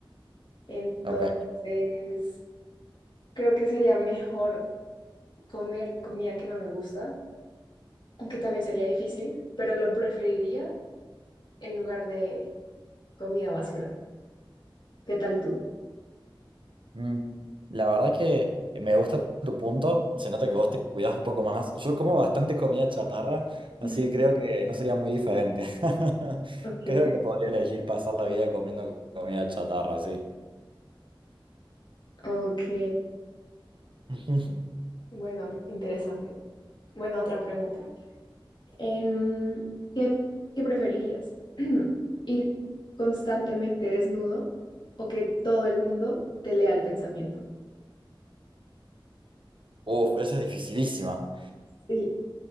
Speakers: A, on the left; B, on the right.
A: entonces
B: Ok.
A: creo que sería mejor comer comida que no me gusta, aunque también sería difícil, pero lo preferiría en lugar de comida basura. ¿Qué tal tú? <laughs>
B: Mm, La verdad que me gusta tu punto, se nota que vos te cuidás un poco más. Yo como bastante comida chatarra, así
A: Mm.
B: que creo que no sería muy diferente. <laughs>
A: Ok.
B: Creo que podría elegir pasar la vida comiendo comida chatarra, sí.
A: Ok,
B: <laughs>
A: bueno, interesante. Bueno, otra pregunta. Em, ¿qué, qué preferirías? <clears throat> ¿Ir constantemente desnudo o que todo el mundo te lea el pensamiento?
B: Uf, esa es dificilísima.
A: Sí,